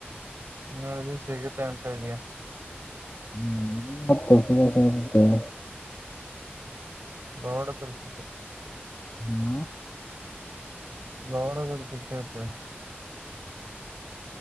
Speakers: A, on the right; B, on the left.
A: ಹದು ಸಿಗುತ್ತೆ ಅಂತ ಇಲ್ಲಿ
B: ಹ್ಮ್ ಮತ್ತು <unintelligible>
A: ಗೋಡ ಕಳಷ
B: ಹ್ಮ
A: ಗೋರ ಚಿಟ್ಟಟ್ಟೆ